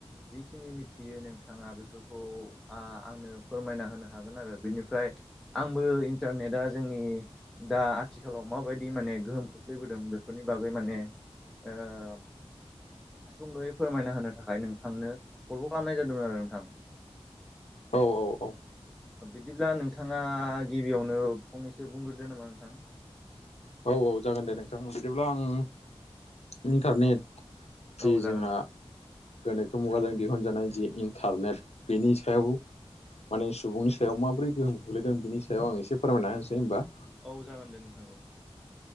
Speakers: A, in the centre; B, on the left.
A: जिखिनि मिथियो नोंथाङा बेफोरखौ आ आंनो फोरमायना होनो हागोन आरो बेनिफ्राय आंबो इन्टारनेटआ जोंनि दा आथिखालाव माबायदि माने गोहोम खोख्लैबोदों बेफोरनि बागै माने ओ सुंद'यै फोरमायना होनो थाखाय नोंथांनो कलखौ खालामनाय जादोंमोन आरो नोंथां।
B: औ औ औ।
A: ओ बिदिब्ला नोंथाङा गिबियावनो फंनैसो बुंग्रोदो नामा नोंथां।
B: औ औ जागोन दे नोंथां बिदिब्ला आं इन्टारनेट
A: औ
B: जि
A: जागोन
B: जोंहा
A: नोंथां
B: गोनोखो मुगाजों दिहुनजानाय जि इन्टारनेट बेनि सायाव माने सुबुंनि सायाव माबोरै गोहोम खोख्लैदों बिनि सायाव आं एसे फोरमायना होनसै होमबा।
A: औ जागोन दे नोंथां औ‌।